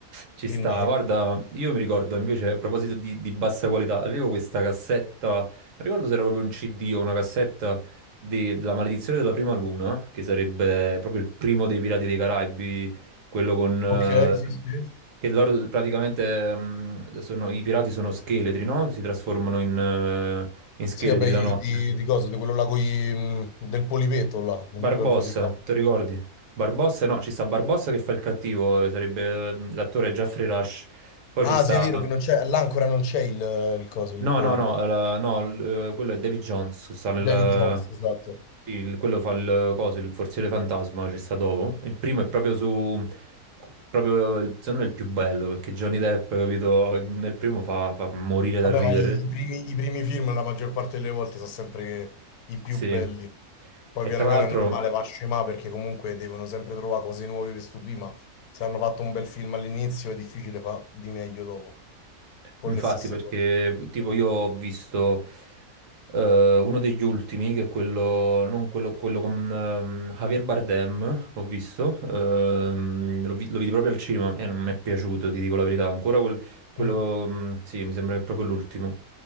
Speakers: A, on the right (about 60°); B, on the left (about 85°).
A: ci
B: Quindi,
A: sta. Guarda, io mi ricordo invece, a proposito di, di bassa qualità, avevo questa cassetta, non ricordo se era proprio un CD o una cassetta di- della Maledizione della Prima Luna, che sarebbe proprio il primo dei Pirati dei Caraibi, quello con... eh,
B: ok, sì, sì.
A: che loro praticamente... mm, sono- i pirati sono scheletri, no? Si trasformano in, eh, in scheletri
B: Sì, vabbè, i-
A: la notte.
B: di, di cosa? Di quello là con del polipetto là, non
A: Barbossa,
B: mi ricordo come si chiama.
A: ti ricordi? Barbossa, no, ci sta Barbossa che fa il cattivo, eh, sarebbe eh, l'attore Jeffrey Rush. Poi
B: Ah,
A: ci sta...
B: sì, è vero che non c'è, là ancora non c'è il, il coso, il
A: No,
B: polipo.
A: no, no, la- no, l- eh, quello è David Jones, che sta nel...
B: David Jones, esatto.
A: sì, il- quello fa il coso, il forziere fantasma, ci sta dopo. Il primo è proprio su... proprio, il- secondo me, il più bello, perché Johnny Depp, capito, nel primo fa, fa morire dal
B: Vabbè,
A: ridere.
B: ma i, i primi, i primi film la maggior parte delle volte sono sempre i più
A: Sì.
B: belli. Poi
A: E
B: piano
A: tra
B: piano
A: l'altro...
B: è normale, va a scemà perché comunque devono sempre trovare cose nuove per stupire, ma se hanno fatto un bel film all'inizio è difficile fare di meglio dopo, con
A: Infatti,
B: le stesse
A: perché
B: cose.
A: mhmm, tipo io ho visto eh, uno degli ultimi, che è quello, non quello, quello con ehm, Javier Bardem, ho visto, ehm, lo, vi- lo vidi proprio al cinema e non mi è piaciuto, ti dico la verità, ancora quel- quello,
B: Mm,
A: mh, sì, mi sembra che è proprio l'ultimo.